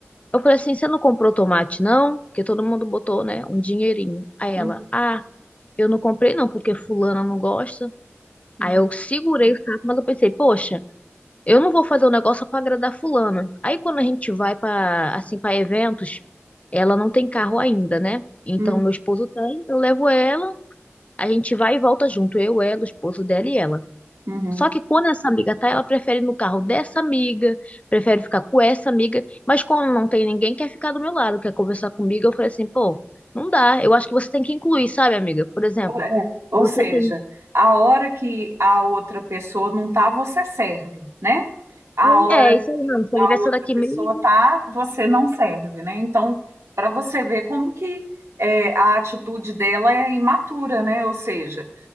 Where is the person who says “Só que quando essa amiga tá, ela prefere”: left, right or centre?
Left